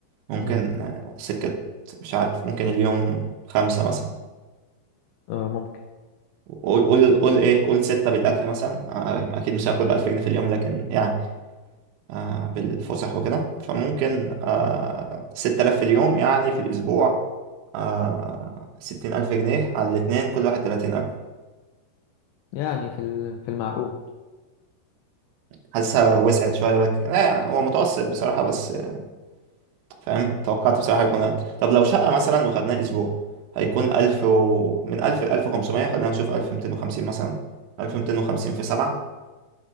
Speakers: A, on the right; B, on the left.
A: ممكن
B: امم
A: آه، سكه مش عارف ممكن اليوم خمسة مثلا
B: اه ممكن
A: قول قول قول ايه قول ستة بالأكل مثلا آه، آه، أكيد مش هاكل بألف جنيه في اليوم لكن يعني آه، بالفسح وكده فممكن آه، ستة آلاف في اليوم يعني في الأسبوع آه، ستين ألف جنيه على الاتنين كل واحد تلاتين ألف
B: يعني في ال- في المعقول
A: حاسسها وسعت شوية بك لا يعني هو متوسط بصراحة بس آه، فاهم توقعت بصراحة يكون أقل طب لو شقة مثلا وخدناها أسبوع هيكون ألف و... من ألف لألف وخمسمية خلينا نشوف ألف ميتين وخمسين مثلا ألف ميتين وخمسين في سبعة